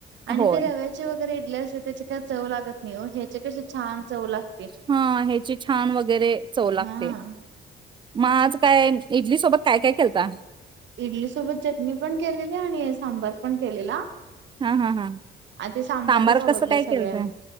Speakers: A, on the right (about 65°); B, on the right (about 25°).
A: आणि
B: होय
A: ते रव्याचे वगैरे इडल्या असते त्याचे काय चव लागतं नई वो ह्याचे कशी छान चव लागते
B: हा ह्याची छान वगैरे चव लागते
A: हां. <inaudible>
B: मग आज काय इडली सोबत काय काय केलता?
A: इडली सोबत चटणी पण केलेली आणि सांबार पण केलेला.
B: हा हा हा
A: आ ते सांबारच
B: सांबार
A: आवडलं
B: कसं काय केलतय
A: सगळ्यांना.